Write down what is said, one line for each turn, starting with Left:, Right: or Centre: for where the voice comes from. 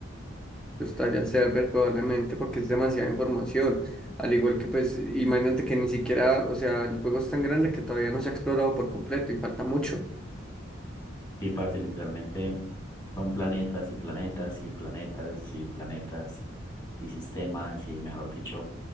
Centre: se estalla el server probablemente porque es demasiada información. Al igual que pues, imagínate que ni siquiera, o sea, el juego es tan grande que todavía no se ha explorado por completo y falta mucho.
Left: Sí, parce, literalmente son planetas y planetas y planetas y planetas y sistemas y, mejor dicho.